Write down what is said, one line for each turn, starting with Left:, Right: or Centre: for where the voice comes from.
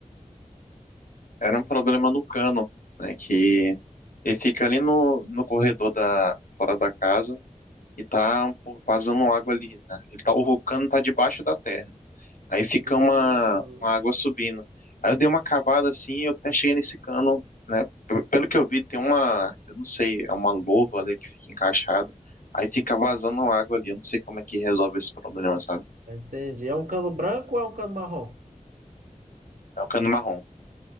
Left: Era um problema no cano, né? Que ele fica ali no, no corredor da, fora da casa e tá um pouco vazando água ali, né? Ele tá, o cano tá debaixo da terra. Aí fica
Right: Hum,
Left: uma, uma água subindo. Aí eu dei uma cavada assim, eu até cheguei nesse cano, né? P- Pelo que eu vi, tem uma, eu não sei, é uma louva ali que fica encaixada. Aí fica vazando água ali. Eu não sei como é que resolve esse problema, sabe?
Right: entendi. É um cano branco ou é um cano marrom?
Left: É um cano marrom.